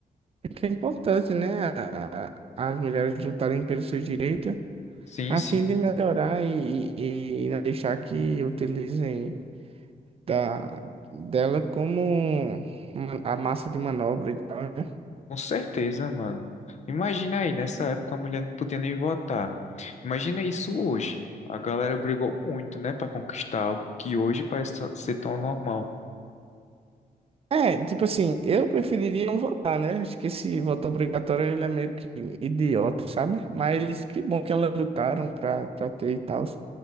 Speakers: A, on the right; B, on the left.
A: É que é importante, né? a- As mulheres lutarem pelos seus direitos
B: Sim,
A: a
B: sim,
A: fim de melhorar e, e, e não deixar que utilizem da, dela como uma- a massa de manobra e tal, né?
B: com certeza, mano. Imagina aí, nessa época a mulher não podia nem votar. Imagina isso hoje. A galera brigou muito, né, para conquistar algo que hoje parece ser tão normal.
A: É, tipo assim, eu preferiria não votar, né? Acho que esse voto obrigatório ele é meio que idiota, sabe? Mas que bom que elas lutaram pra, pra ter e tal.